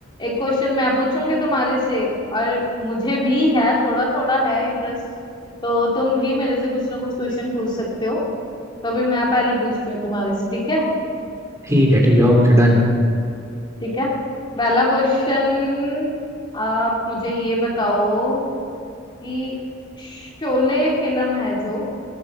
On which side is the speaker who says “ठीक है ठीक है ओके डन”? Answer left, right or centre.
Right